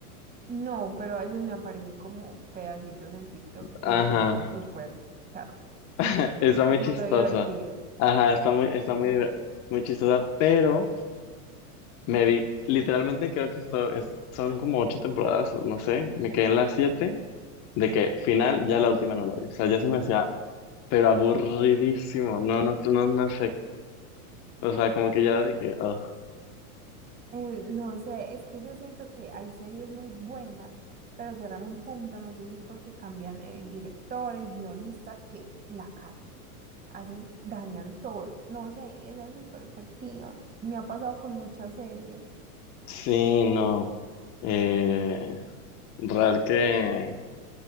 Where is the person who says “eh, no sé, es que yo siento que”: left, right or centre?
Right